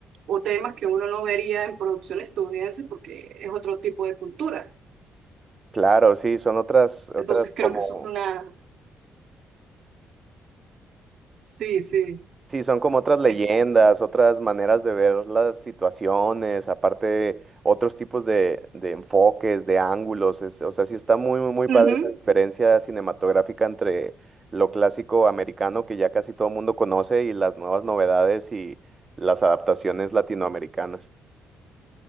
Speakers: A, on the right (about 65°); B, on the right (about 25°).
A: o temas que uno no vería en producciones estadounidenses porque es otro tipo de cultura.
B: claro, sí, son otras, otras
A: Entonces creo
B: como,
A: que eso es una... Sí, sí.
B: sí, son como otras leyendas,
A: Es-
B: otras maneras de ver las situaciones, aparte otros tipos de, de enfoques, de ángulos, es- o sea, sí está muy, muy, muy
A: Ujú.
B: padre la diferencia cinematográfica entre lo clásico americano que ya casi todo el mundo conoce y las nuevas novedades y las adaptaciones latinoamericanas.